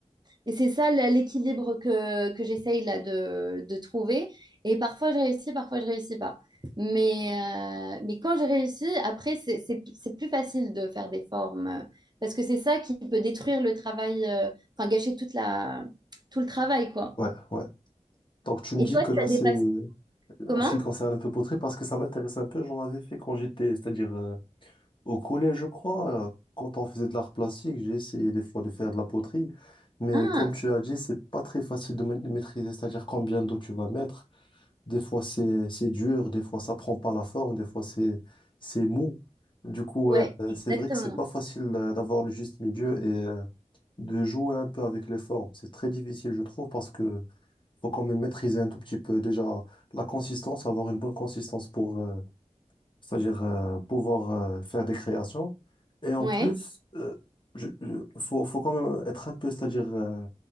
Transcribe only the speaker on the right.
Et c'est ça la- l'équilibre que, que j'essaye là de, de trouver. Et parfois je réussis, parfois je réussis pas. Mais, euh, mais quand j'ai réussi, après, c'est, c'est, c'est plus facile de faire des formes. euh, Parce que c'est ça qui peut détruire le travail, euh, enfin gâcher toute la, tout le travail, quoi.
Et
toi,
tu
as des
passions.
Comment?
Ah,
ouais,
exactement.
Ouais.